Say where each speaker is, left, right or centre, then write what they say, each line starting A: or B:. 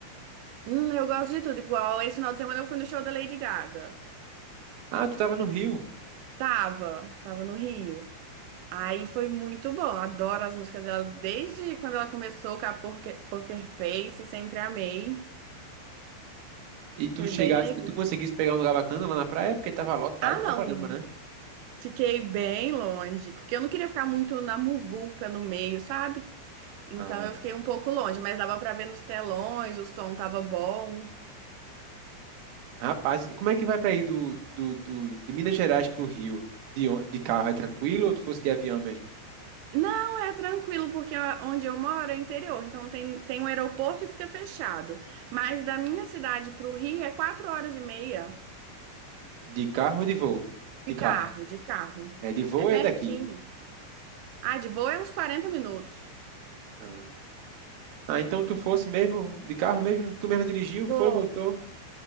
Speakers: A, on the right; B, on the right.
A: Hum, eu gosto de tudo, igual esse final de semana eu fui no show da Lady Gaga.
B: Ah, tu tava no Rio
A: Tava, tava no Rio. Aí foi muito bom. Adoro as músicas dela desde quando ela começou com a Poker, Poker Face, sempre amei.
B: e tu
A: Foi
B: chegasse
A: bem legal.
B: e tu conseguisse pegar um lugar bacana lá na praia porque tava lotado
A: Ah, não,
B: pra caramba, né?
A: fiquei bem longe, porque eu não queria ficar muito na muvuca no meio, sabe? Então
B: Ah,
A: eu fiquei um pouco longe, mas dava pra ver nos telões, o som tava bom.
B: rapaz, e como é que vai pra ir do, do, do- de Minas Gerais pro Rio? De, on- de carro é tranquilo ou tu fosse de avião mesmo?
A: Não, é tranquilo, porque a- onde eu moro é interior, então tem, tem um aeroporto e fica fechado. Mas da minha cidade pro Rio é quatro horas e meia
B: De carro ou de voo? De
A: de
B: carro.
A: carro, de carro.
B: É, de voo
A: É pertinho.
B: é daqui.
A: Ah, de voo é uns 40 minutos.
B: Ah, Ah, então tu fosse mesmo de carro mesmo? Tu mesmo dirigiu,
A: Pô,
B: foi, voltou?